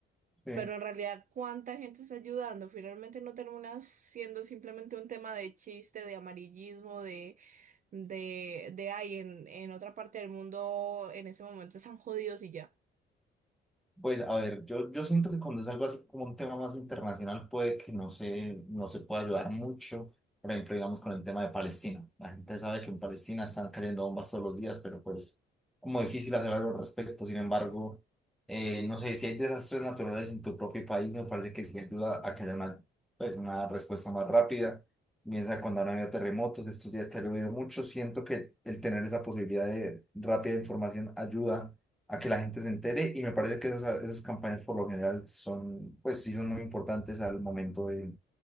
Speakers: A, in the centre; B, on the right.
A: Sí.
B: pero en realidad, ¿cuánta gente está ayudando? Finalmente no termina siendo simplemente un tema de chiste, de amarillismo, de, de, de ay, en, en otra parte del mundo en ese momento están jodidos y ya.
A: Pues a ver, yo, yo siento que cuando es algo así como un tema más internacional puede que no se, no se pueda ayudar mucho. Por ejemplo, digamos con el tema de Palestina. La gente sabe que en Palestina están cayendo bombas todos los días, pero pues como difícil hacer algo al respecto. Sin embargo, eh, no sé, si hay desastres naturales en tu propio país, me parece que sí ayuda a que haya una, pues, una respuesta más rápida. Piensa cuando han habido terremotos, estos días que ha llovido mucho, siento que el tener esa posibilidad de rápida información ayuda a que la gente se entere y me parece que esas, esas campañas por lo general son, pues sí, son muy importantes al momento de,